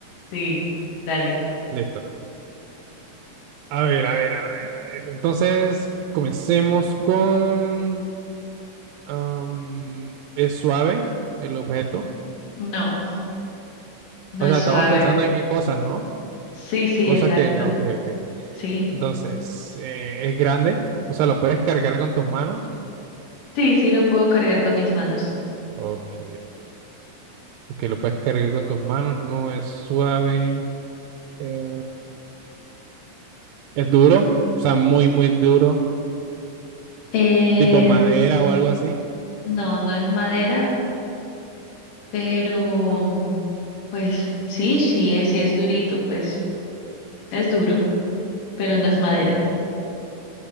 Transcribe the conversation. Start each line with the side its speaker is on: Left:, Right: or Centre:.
Left: Sí, dale.
Right: Listo. A ver, a ver, a ver, a ver. Entonces, comencemos con... am, es suave el objeto.
Left: No. No
Right: O
Left: es
Right: sea,
Left: suave.
Right: estamos pensando en, en cosas, ¿no?
Left: Sí, sí,
Right: Cosas
Left: exacto.
Right: que... Ok, ok.
Left: Sí,
Right: Entonces, eh, es grande. O sea, lo puedes cargar con tus manos.
Left: sí, sí lo puedo cargar con mis manos.
Right: Ok. Ok, lo puedes cargar con tus manos. No es suave. Eh, Es duro, o sea, muy, muy duro,
Left: Eh,
Right: tipo madera o algo así.
Left: no, no es madera, pero pues sí, sí es, sí es durito, pues es duro, pero no es madera.
Right: oh,